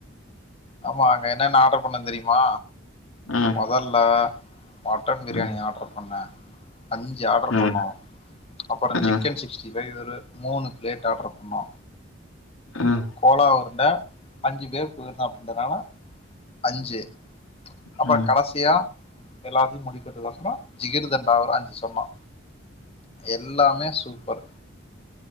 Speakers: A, on the left; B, on the left.
A: ஆமா அங்க என்னன்ன ஆர்டர் பண்ண தெரியுமா
B: ம்
A: மொதல்ல மட்டன் ப்ரியாணி
B: ம்
A: ஆர்டர் பண்ணே அஞ்சு ஆர்டர்
B: ம்
A: பண்ணோ அப்புறொ
B: ம்
A: சிக்கன் சிக்ஸ்டி ஃபை ஒரு மூணு பிளேட் ஆர்டரு பண்ணோ
B: ம்
A: கோலா உருண்ட அஞ்சு பேர் போயிருந்தோ அப்டின்றதுனால அஞ்சு அப்பறம்
B: ம்
A: கடசியா எல்லாத்தையு முடிக்கறதுக் கொசரொ ஜிகிர்தண்டா ஒரு அஞ்சு சொன்னோ எல்லாமே சூப்பர்